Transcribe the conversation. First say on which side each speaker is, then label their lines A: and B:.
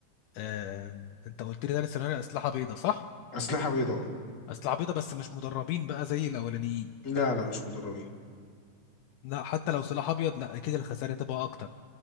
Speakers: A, on the left; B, on the left.
A: آم، انت قلت لي تاني سيناريو اسلحه بيضاء صح
B: أسلحة بيضاء
A: اسلحه بيضاء بس مش مدربين بقى زي الاولانيين
B: لا لا مش مدربين
A: لا حتى لو سلاح ابيض لا اكيد الخسائر هتبقى اكتر